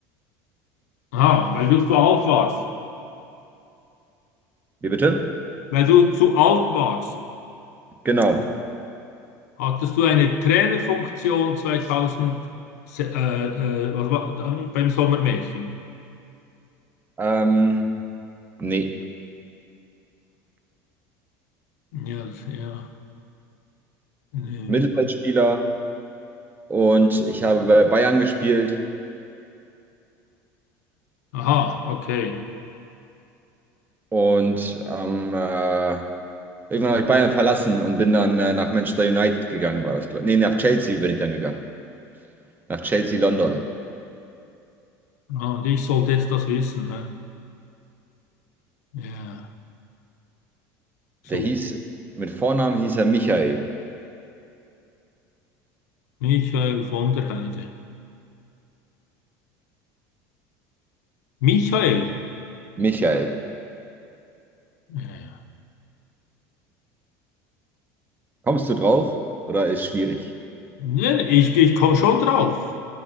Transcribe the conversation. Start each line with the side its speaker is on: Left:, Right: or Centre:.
Left: Aha, weil du zu alt warst.
Right: Wie bitte?
Left: Weil du zu alt warst,
Right: Genau.
Left: hattest du eine Trainerfunktion 2000, äh, äh, was war, äh, beim Sommermärchen.
Right: Ähm, nee.
Left: Ja, ja. Nee.
Right: Mittelfeldspieler und ich habe bei Bayern gespielt.
Left: Aha, okay.
Right: Und ähm, äh, irgendwann habe ich Bayern verlassen und bin dann äh, nach Manchester United gegangen, war das, glaube ich. Nee, nach Chelsea bin ich dann gegangen. Nach Chelsea London.
Left: Ah, und ich sollte jetzt das wissen, hä? Ja, super.
Right: Der hieß, mit Vornamen hieß er Michael.
Left: Michael von der Heide. Michael?
Right: Michael.
Left: Ja.
Right: Kommst du drauf oder ist schwierig?
Left: Nee, ich, ich komme schon drauf.